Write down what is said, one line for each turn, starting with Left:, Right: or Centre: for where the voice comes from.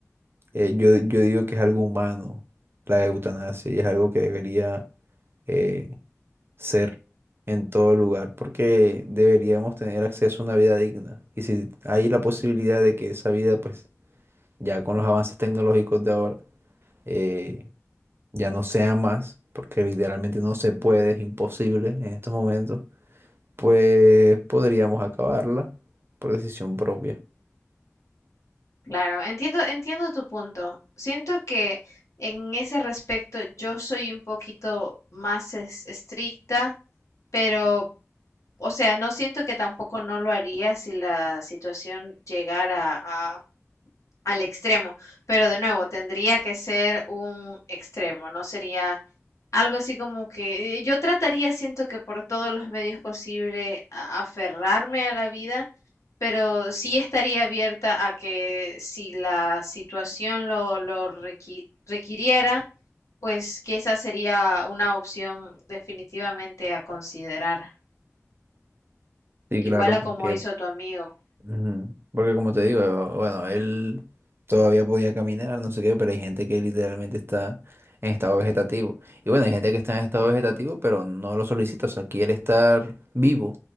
Right: eh, yo, yo digo que es algo humano la eutanasia y es algo que debería... eh, ser en todo lugar, porque deberíamos tener acceso a una vida digna. Y si hay la posibilidad de que esa vida, pues ya con los avances tecnológicos de ahora, eh, ya no sea más, porque literalmente no se puede, es imposible en estos momentos, pues podríamos acabarla por decisión propia.
Left: Claro, entiendo, entiendo tu punto. Siento que en ese respecto yo soy un poquito más es- estricta, pero, o sea, no siento que tampoco no lo haría si la situación llegara al extremo, pero de nuevo tendría que ser un extremo, no sería algo así como que eh, yo trataría, siento que por todos los medios posibles, a- aferrarme a la vida, pero sí estaría abierta a que si la situación lo, lo requi- requiriera, pues que esa sería una opción definitivamente a considerar,
Right: Sí,
Left: igual
Right: claro,
Left: a
Right: porque
Left: como hizo tu amigo.
Right: Ujú. Porque como te digo, bueno, él todavía podía caminar, no sé qué, pero hay gente que literalmente está en estado vegetativo. Y bueno, hay gente que está en estado vegetativo, pero no lo solicita, o sea, quiere estar vivo.